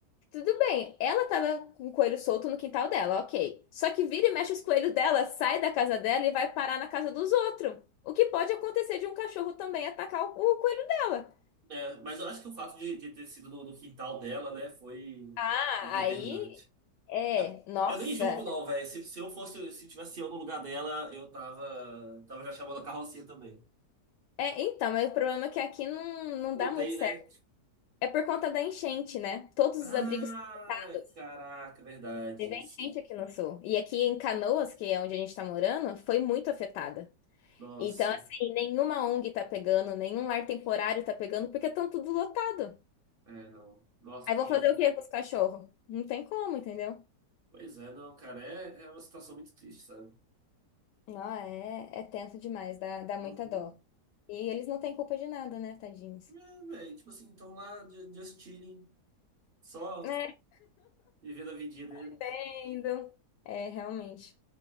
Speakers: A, on the left (about 85°); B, on the right (about 40°).
A: tudo bem, ela tava com o coelho solto no quintal dela, ok. Só que vira e mexe os coelhos dela, sai da casa dela e vai parar na casa dos outros. O que pode acontecer de um cachorro também atacar o o coelho dela.
B: É, mas eu acho que o fato de, de ter sido no, no quintal dela, né, foi
A: Ah,
B: determinante.
A: aí. É,
B: Eu,
A: nossa.
B: eu nem julgo, não, velho. Se, se eu fosse, se tivesse eu no lugar dela, eu tava, tava já chamando a carrocinha também.
A: É, então, mas o problema é que aqui não, não
B: Não
A: dá muito
B: tem,
A: certo.
B: né?
A: É por conta da enchente, né? Todos os
B: Ah,
A: abrigos parados.
B: caraca, verdade.
A: Teve a enchente aqui no sul. E aqui em Canoas, que é onde a gente tá morando, foi muito afetada.
B: Nossa.
A: Então, assim, nenhuma ONG tá pegando, nenhum lar temporário tá pegando, porque estão tudo lotado.
B: É, não. Nossa,
A: Aí
B: que.
A: vou fazer o quê com os cachorros? Não tem como, entendeu?
B: Pois é, não, cara. É, é uma situação muito triste, sabe?
A: Não, é, é tenso demais, dá, dá muita
B: Uhum.
A: dó. E eles não têm culpa de nada, né, tadinhos?
B: É, velho. Tipo assim, estão lá ju- just chilling, só
A: É,
B: vivendo a vidinha dele.
A: entendo. É, realmente.